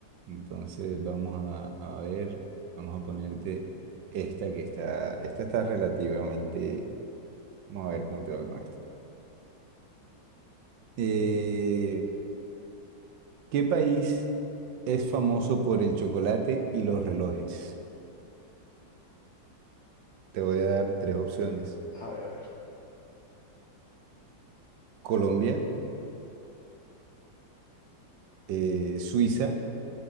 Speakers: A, on the right; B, on the left.
A: Entonces vamos a, a ver, vamos a ponerte esta que está, esta está relativamente, vamos a ver cómo te va con esto. Eh, ¿qué país es famoso por el chocolate y los relojes? Te voy a dar tres opciones.
B: A ver, a ver,
A: Colombia, eh, Suiza